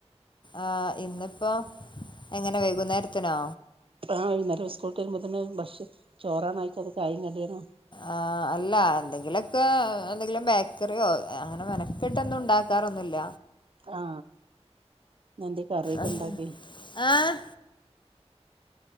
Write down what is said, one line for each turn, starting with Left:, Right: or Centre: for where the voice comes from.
Left: ആ ഇന്നിപ്പോഎങ്ങനെ വൈകുന്നേരത്തിനോ
Right: ആഹ വൈുന്നേംസ്കൂട്ട് വരുമ്പോത്തിന് ഭക്ഷെ ചോറാണയികൊടുക്കാ <unintelligible>
Left: ആ അല്ല എന്തെങ്കിലൊക്കെ എന്തെങ്കിലും ബേക്കറിയോ ഏഹ് അങ്ങനെ മെനക്കെട്ടൊന്നുംണ്ടാക്കാറൊന്നുല്ല.
Right: ആ ഇന്ന്ന്തേ കറിക്കെ
Left: ആഹ്
Right: ഇണ്ടാക്കി?
Left: ആഹ്